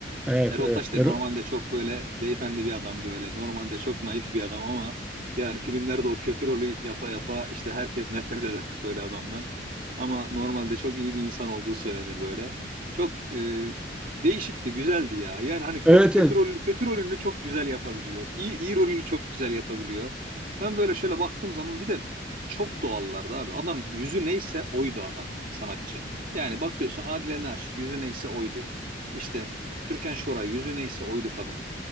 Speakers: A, in the centre; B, on the right.
A: Evet,
B: Erol
A: evet.
B: Taş
A: Erol-
B: da normalde çok böyle beyefendi bir adam böyle. Normalde çok naif bir adam ama yani filmlerde o kötü rolü yapa yapa işte herkes nefret eder <laughs> böyle adamdan. Ama normalde çok iyi bir insan olduğu söylenir böyle. Çok e, değişikti, güzeldi ya. Yani hani kötü
A: Evet,
B: kötü
A: evet.
B: rolünü kötü rolünü çok güzel yapabiliyor. İyi iyi rolünü çok güzel yapabiliyor. Ben böyle şöyle baktığım zaman bir de çok doğallardı abi. Adam yüzü neyse oydu adam sanatçı. Yani bakıyorsun Adile Naşit yüzü neyse oydu. İşte Türkan Şoray yüzü neyse oydu kadın.